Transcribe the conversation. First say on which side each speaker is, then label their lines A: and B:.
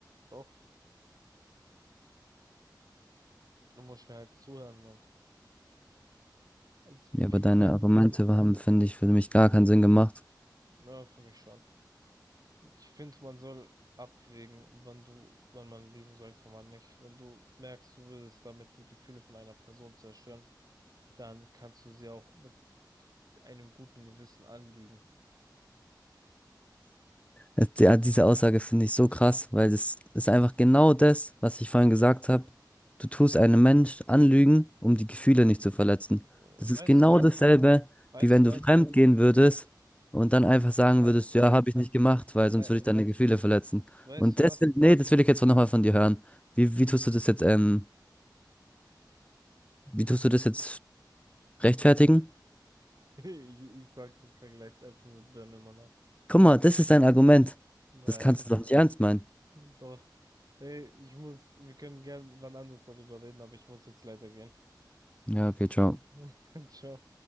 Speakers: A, on the right; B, on the left.
A: doch. Du musst mir halt zuhören und. Also,
B: Ja,
A: wie
B: aber
A: gesagt,
B: deine Argumente
A: für mich,
B: haben, finde ich, für mich gar keinen Sinn gemacht.
A: na, für mich schon. Ich finde, man soll abwägen, wann du, wann man lügen sollte und wann nicht. Wenn du merkst, du würdest damit die Gefühle von einer Person zerstören. dann kannst du sie auch mit einem guten Gewissen anlügen.
B: Es- Ja, diese Aussage finde ich so krass, weil das ist einfach genau das, was ich vorhin gesagt habe. Du tust einem Mensch anlügen, um die Gefühle nicht zu verletzen.
A: Äh, Weißt
B: Das ist genau
A: du was?
B: dasselbe,
A: Weißt
B: wie wenn
A: du
B: du
A: was?
B: fremd
A: Äh,
B: gehen würdest und dann einfach sagen
A: we-
B: würdest,
A: Nein,
B: ja, habe ich nicht gemacht, weil
A: we
B: sonst würde ich deine Gefühle verletzen.
A: weißt
B: Und
A: du
B: das,
A: was?
B: will- nee, das will ich jetzt nochmal von dir hören. Wie, wie tust du das jetzt, ähm, wie tust du das jetzt rechtfertigen?
A: <laughs> Ich, ich sag, du vergleichst Äpfel mit Birnen immer noch.
B: Guck mal, das ist dein Argument.
A: Nein,
B: Das kannst du doch nicht ernst meinen.
A: doch. Ey, ich muss, wir können gerne wann anders darüber reden, aber ich muss jetzt leider gehen.
B: Ja, okay, ciao.
A: <laughs> Ciao.